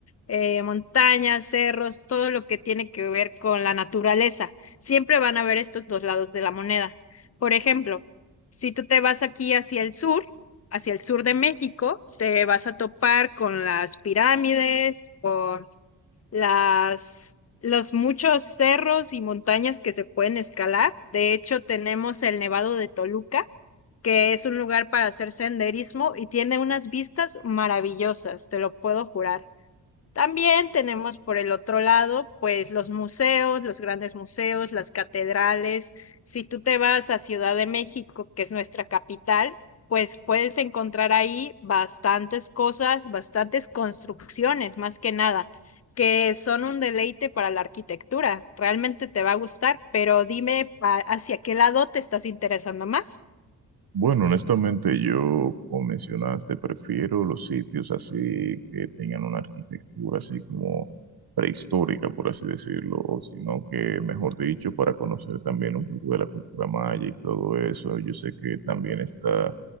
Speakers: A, on the left; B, on the right.
A: eh, montañas, cerros, todo lo que tiene que ver con la naturaleza. Siempre van a haber estos dos lados de la moneda. Por ejemplo, si tú te vas aquí hacia el sur, hacia el sur de México, te vas a topar con las pirámides, con las los muchos cerros y montañas que se pueden escalar. De hecho, tenemos el Nevado de Toluca, que es un lugar para hacer senderismo y tiene unas vistas maravillosas, te lo puedo jurar. También tenemos por el otro lado, pues los museos, los grandes museos, las catedrales. Si tú te vas a Ciudad de México, que es nuestra capital, pues puedes encontrar ahí bastantes cosas, bastantes construcciones, más que nada, que son un deleite para la arquitectura. Realmente te va a gustar, pero dime a- hacia qué lado te estás interesando más.
B: Bueno, honestamente yo, como mencionaste, prefiero los sitios así que tengan una arquitectura así como prehistórica, por así decirlo, o sino que, mejor dicho, para conocer también un poco de la cultura maya y todo eso. Yo sé que también está